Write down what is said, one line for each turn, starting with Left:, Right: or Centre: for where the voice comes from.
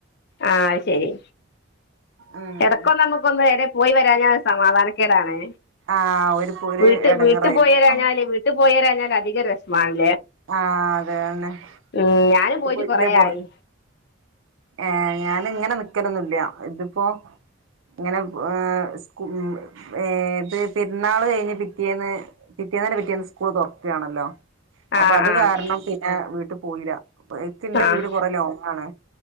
Left: ആ ശരി.
Right: ഉം
Left: ഇടക്കൊന്ന് നമുക്കൊന്ന് <unintelligible> പോയി വരഞ്ഞാൽ <inaudible> സമാധാനക്കേടാണ്.
Right: ആഹ് ഓര്ക്ക് ഒരു
Left: വീട്ട്
Right: എടങ്ങേറായിരിക്കും
Left: വീട്ടി പോയിരാഞ്ഞാല് വീട്ടി പോയിരാഞ്ഞാൽ അധി <inaudible> ഭയങ്കര വെശ്മാണ്.
Right: ആ അതേന്നെ.
Left: ഉം ഞാനും
Right: വീട്ടി
Left: പോയിട്ട്
Right: പോയിട്ടില്ലേ
Left: കൊറേ
Right: പൊർതിയെടാണ്.
Left: ആയി
Right: ഏ ഞാനിങ്ങനെ നിക്കലൊന്നുല്ല. ഇതിപ്പോ- <inaudible> ഇങ്ങനെ, ഏ സ്കൂ ഏ ഇത്. പെരുന്നാള് കഴിഞ്ഞ് പിറ്റേന്ന് പിറ്റേന്നിന്റെ പിറ്റേന്ന് സ്കൂള് തൊറക്കാണല്ലോ,
Left: ആഹ്
Right: അപ്പൊ അത്
Left: ആഹ്
Right: കാരണം പിന്നെ വീട്ടി പോയില്ല. ഇ ഇക്കിന്റെ
Left: ആഹ്
Right: വീട് കൊറെ ലോങ്ങാണ്.